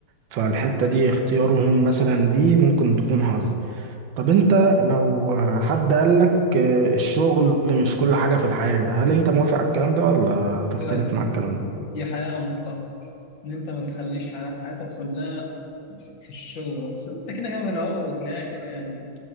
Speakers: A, on the right; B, on the left.
A: فالحتة دي اختيارهم مثلا دي ممكن تكون حظ طب انت لو حد قالك الشغل مش كل حاجة في الحياة هل انت موافق على الكلام ده ولا تختلف
B: يعني
A: مع الكلام ده
B: دي حياة مطلقة ان انت ما تخليش حيا- حياتك كلها في الشغل بس انت كده كده في الاول وفي الاخر يعني